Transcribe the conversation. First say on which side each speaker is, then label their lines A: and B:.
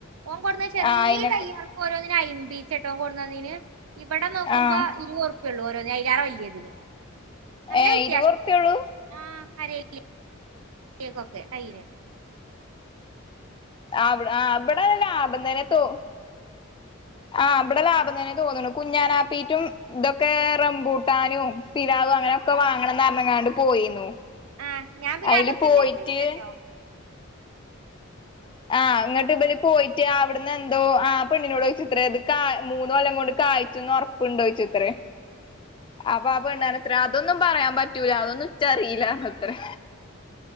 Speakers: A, on the right; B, on the left.
A: ഓൻ കൊടുന്നാ ചെറിയ
B: ആഹ് അയിനൊക്കെ
A: ചെയ്യാർ ഇപ്പോഒരോന്നിന് അയ്ബീച്ചേട്ടോ ഒൻ കൊണ്ടെനീന് ഇവിടെ നോക്കുമ്പോ
B: ആഹ്
A: ഇരുവത് ഉറപ്പേ ഉള്ളൂ ഓരോ അയിലാറെ വലിയതിന് നല്ല
B: ഏഹ്
A: വ്യത്യാസം
B: ഇരുപതുറുപ്പ്യള്ളൂ
A: ഇണ്ട് ഇവിടെ ആ അരെയില് കേക്കൊക്കെ തൈയ്ലേ
B: ആ ആ ഇബടെ ലാഭം തന്നെത്തോ ആ ഇവിടെ ലാഭം തനെ തോന്ണ് കുഞ്ഞാനാപ്പീറ്റും ഇതൊക്കെ റംമ്പൂട്ടാനും പിലാവ് അങ്ങനൊക്കെ വാങ്ങണം ന്നങ്ങാണ്ട് പോയിന്നു
A: ആഹ്‌ ഞാൻ പിന്നെ
B: അയില്
A: അതൊക്കെ
B: പോയിട്ട്
A: ന്റെ ത്തി ണ്ടല്ലോ
B: ആഹ് ഇങ്ങട്ട് ഇവല് പോയിട്ട് അവിടുന്ന് എന്തോ ആ പെണ്ണിനോട് ചോദിച്ചുത്രേ അത് കാ മൂന്ന കൊല്ലം കൊണ്ട് കായ്ച്ചുന്ന് ഒറപ്പോണ്ടോ ചോയിച്ചുത്രേ അപ്പൊ ആ പെണ്ണാൻ ഇത്ര അതൊന്നും പറയാൻ പറ്റൂല അതൊന്നും ഇച്ചറിയില്ല ഇത്രെ